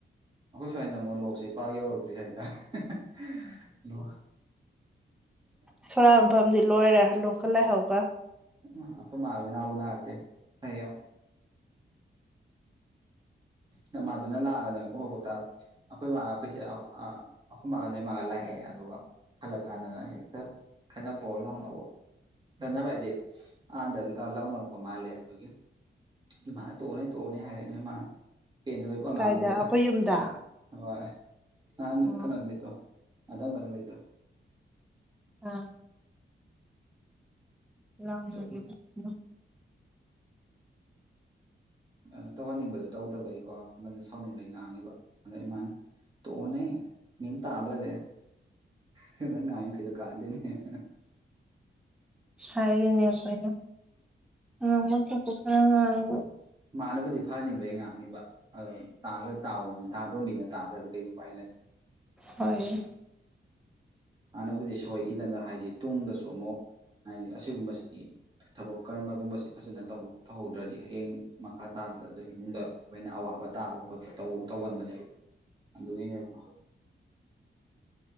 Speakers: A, on the right; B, in the centre.
A: ꯑꯩꯈꯣꯏ ꯁꯋꯥꯢꯁꯤꯅ ꯑꯃꯨꯛ ꯂꯣꯛꯁꯦ ꯄꯥꯛ ꯌꯧꯔꯛꯇ꯭ꯔꯤ ꯍꯥꯏꯇꯥꯔꯦ ꯍꯦꯍꯦ ꯍꯦ ꯂꯣ
B: ꯁꯣꯔꯥꯠ ꯃꯐꯝꯗꯤ ꯂꯣꯏꯔꯦ ꯂꯣꯛꯀꯥ ꯂꯩꯍꯧꯕ
A: ꯑꯩꯈꯣꯏ ꯃꯥ ꯑꯩꯈꯣꯢ ꯃꯥꯕꯨ ꯎꯅ ꯎꯅꯔꯛꯇꯦ ꯐꯩꯌꯝ ꯅꯃꯥꯗꯨꯅ ꯅꯥꯔꯅꯪ ꯀꯣꯛ ꯍꯧꯒꯠꯇ ꯑꯩꯈꯣꯏ ꯃꯥ ꯑꯩꯈꯣꯏꯁꯦ ꯑꯍꯥꯑꯥ ꯑꯩꯈꯣꯏ ꯃꯥꯒ ꯅꯣꯏ ꯃꯥꯥꯒ ꯂꯥꯛꯑꯦ ꯑꯗꯨꯒ ꯍꯜꯂꯛꯀꯥꯟꯗꯅ ꯍꯦꯛꯇ ꯈꯠꯅꯕꯣ ꯂꯥꯎꯅꯕꯣ ꯈꯠꯅꯕ ꯍꯥꯏꯗꯤ ꯑꯗ ꯂꯥꯎꯅꯔꯛꯄ ꯃꯥꯜꯂꯦ ꯑꯗꯨꯒꯤ ꯏꯃꯥꯅ ꯇꯣꯛꯑꯣꯅꯦ ꯇꯣꯛꯑꯣꯅꯦ ꯍꯥꯏꯔꯦ ꯅꯣꯏꯃꯅ ꯄꯦꯟꯗꯕꯩ ꯄꯨꯉꯥꯡꯉꯥꯡꯉꯤꯕ
B: ꯀꯥꯏꯗ ꯑꯩꯈꯣꯏ ꯌꯨꯝꯗ
A: ꯍꯣꯏ ꯅꯍꯥꯟ
B: ꯑꯣ
A: ꯀꯩꯅꯣ ꯅꯨꯃꯤꯠꯇꯣ ꯉꯥꯊꯪꯕ ꯅꯨꯃꯤꯠꯇꯣ
B: ꯑꯥ ꯂꯥꯎꯅꯒꯤꯕꯗꯣ
A: ꯁꯨꯝ
B: ꯎꯝ
A: ꯑ ꯇꯧꯍꯟꯅꯤꯡꯕꯗꯣ ꯇꯧꯗꯕꯩꯀꯣ ꯑꯃꯗꯨ ꯁꯥꯎꯅꯤꯡꯕꯩ ꯉꯥꯡꯉꯦꯕ ꯑꯗ ꯏꯃꯥꯅ ꯇꯣꯛꯑꯣꯅꯦ ꯃꯤꯅ ꯇꯥꯗ꯭ꯔꯗꯤ ꯍꯥ ꯅꯪ ꯉꯥꯡꯉꯤꯗꯣ ꯀꯩꯗ ꯀꯥꯟꯅꯗꯦꯅꯦ ꯍꯥꯍꯥ
B: ꯍꯥꯢꯔꯤꯅꯦ ꯑꯩꯈꯣꯢꯅ ꯉꯥꯡꯕꯝ ꯊꯣꯛꯄ ꯈꯔ ꯉꯥꯡꯕ
A: ꯃꯥꯅꯕꯨꯗꯤ ꯐꯍꯟꯅꯤꯡꯕꯩ ꯑꯩꯅ ꯉꯥꯡꯉꯤꯕ ꯑꯥ ꯇꯥꯗ ꯇꯥꯎ ꯇꯥꯗꯣꯃꯤꯅ ꯇꯥꯗ꯭ꯔꯗꯤ ꯀꯩ ꯎꯄꯥꯏ ꯂꯩ
B: ꯍꯣꯏꯌꯦ
A: ꯍꯥꯟꯅꯕꯨꯗꯤ ꯁꯣꯏꯈꯤꯗꯅ ꯍꯥꯏꯗꯤ ꯇꯨꯡꯗꯁꯨ ꯑꯃꯨꯛ ꯍꯥꯏꯗꯤ ꯑꯁꯤꯒꯨꯝꯕꯁꯤꯗꯤ ꯊꯕꯛ ꯀꯔꯃꯒꯨꯝꯕꯁꯤ ꯐꯖꯅ ꯇꯧꯍꯧꯗ꯭ꯔꯗꯤ ꯍꯌꯦꯡ ꯃꯈꯥ ꯇꯥꯕꯗ ꯑꯗꯨꯏ ꯏꯃꯨꯡꯗ ꯑꯩꯈꯣꯏꯅ ꯑꯋꯥꯕ ꯇꯥꯕ ꯈꯣꯠꯄ ꯇꯧ ꯇꯧꯒꯟꯕꯅꯦꯕ ꯑꯗꯨꯒꯤꯅꯦꯕ